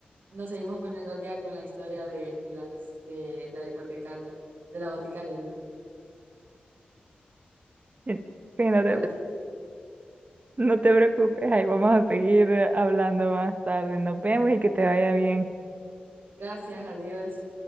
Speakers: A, on the right; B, on the right.
A: Nos seguimos poniendo al día con la historia de, de las de, de la hipotecaria, de la boticaria, digo.
B: Sí, sí, no
A: ¿Te parece?
B: te, no te preocupes, ahí vamos a seguir eh, hablando más tarde. Nos vemos y que te vaya bien.
A: Gracias, adiós.